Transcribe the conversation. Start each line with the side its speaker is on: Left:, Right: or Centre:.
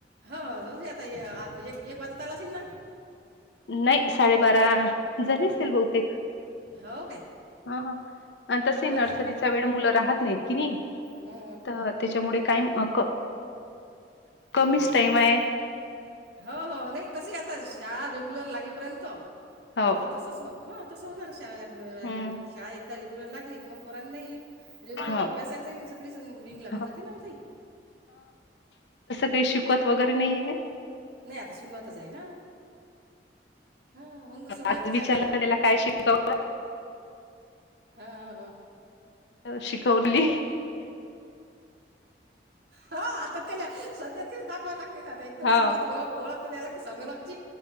Right: हो, होऊ दे आता एक वाजत आला असेल ना,
Left: नाही साडेबारा झाले असतील बहुतेक
Right: हो काय
Left: ह ह तसे
Right: हो
Left: नर्सरीचा
Right: ना हा ना हा ना
Left: वेळ मुलं राहत नाहीत कि नाही
Right: हो हो
Left: तर त्याच्यामुळे काय म क कमीच
Right: हम् हम
Left: टाइम
Right: ह
Left: आहे
Right: हो हो नाही तसे आता शाळा रेग्युलर लागेपर्यंत
Left: हो
Right: ते तसच हो तस होणार शाळेला <unintelligible>
Left: हम्म
Right: म्हणजे शाळा एकदा घुरं लागली की मग पोरांनाही रेग्युलर
Left: हो
Right: अब्यासायचं सगळीच रिंग लागून
Left: हो
Right: जाते ना व ताई
Left: ते शिकवत वगैरे नाहीये
Right: नाही आता सुरुवातच आहे ना हां हो ना, सुरुवातच
Left: आज विचारलं
Right: आहे आता
Left: ना त्याला काय शिकवल
Right: हां हां हो
Left: <inaudible> शिकवली
Right: हो आता त्याला सध्या तेच दाखवाव लागते आता एकदम
Left: हा
Right: सुरुवात ओळख ओळख संगणक